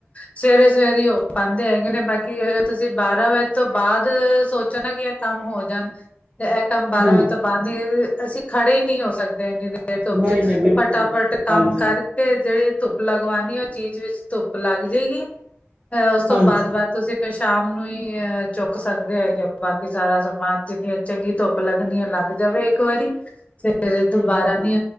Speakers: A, on the left; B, on the right.
A: ਸਵੇਰੇ ਸਵੇਰੇ ਹੀ ਹੋ ਪਾਉਂਦੇ ਹੈਗੇ ਨੇ, ਬਾਕੀ ਅਗਰ ਤੁਸੀਂ ਬਾਰਾਂ ਵਜੇ ਤੋਂ ਬਾਅਦ ਸੋਚੋ ਨਾ ਕਿ। ਕੰਮ ਹੋ ਜਾਣ ਤੇ, ਇਹ ਕੰਮ ਬਾਰਾਂ
B: ਹਾਂ
A: ਵਜੇ ਤੋਂ ਬਾਅਦ ਹੀ ਅਸੀਂ ਖੜੇ ਨਹੀਂ ਹੋ ਸਕਦੇ ਇੰਨੀ ਦੇ। ਫਿਰ ਧੁੱਪ
B: ਨਹੀਂ
A: ਚ
B: ਨਹੀਂ ਬਿਲਕੁਲ
A: ਫਟਾਫਟ
B: ਨਹੀਂ
A: ਕੰਮ
B: ਹਾਂਜੀ
A: ਕਰਕੇ। ਤੇ ਜਿਹੜੀ ਧੁੱਪ ਲਗਵਾਣੀ ਉਹ ਚੀਜ਼ ਵਿੱਚ ਧੁੱਪ ਲੱਗ ਜਾਏਗੀ, ਅ ਉਸ ਤੋਂ
B: ਹਾਂਜੀ
A: ਬਾਅਦ ਬਾਅਦ। ਤੁਸੀਂ ਫਿਰ ਸ਼ਾਮ ਨੂੰ ਹੀ ਅ ਚੁੱਕ ਸਕਦੇ ਹੈਗੇ ਬਾਕੀ ਸਾਰਾ ਸਮਾਨ ਜਿੰਨੀਆਂ ਚੰਗੀ ਧੁੱਪ। ਲੱਗਦੀ ਆ ਲੱਗ ਜਾਵੇ ਇੱਕ ਵਾਰੀ ਫੇਰ ਦੁਬਾਰਾ
B: ਹਮ ਹਮ
A: ਨੀ।